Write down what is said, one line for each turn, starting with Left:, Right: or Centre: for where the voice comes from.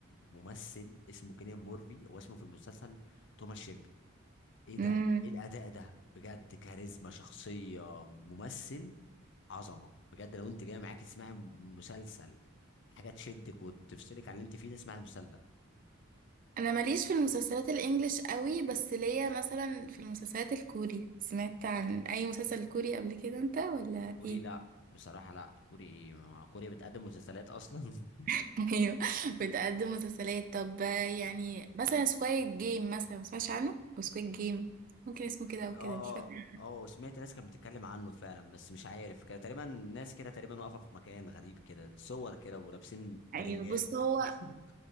Left: ممثل اسمه كيليان مورفي هو اسمه في المسلسل توماس شيلبي ايه ده
Right: امم
Left: ايه الاداء ده بجد كاريزما شخصيه ممثل عظمه بجد لو انت جاي معاك تسمعي م- مسلسل حاجه تشدك وتفصلك عن اللي انت فيه ده اسمعي المسلسل ده
Right: انا ماليش في المسلسلات الانجليش قوي بس ليا مثلا في المسلسلات الكوري سمعت عن اي مسلسل كوري قبل كده انت ولا
Left: كوري
Right: ايه
Left: لا بصراحه لا كوري ايه ما- كوريا بتقدم مسلسلات اصلا <laughs>
Right: <laughs> ايوه بتقدم مسلسلات طب يعني مثلا سكويد جيم مثلا ما سمعتش عنه سكويد جيم ممكن اسمه كده او
Left: اه
Right: كده مش فاكره
Left: اه اه سمعت ناس كانت بتتكلم عنه فعلا بس مش عارف كده تقريبا ناس كده تقريبا واقفه في مكان غريب كده صور كده ولابسين
Right: ايوه
Left: ترنجات
Right: بص هو
Left: <laughs>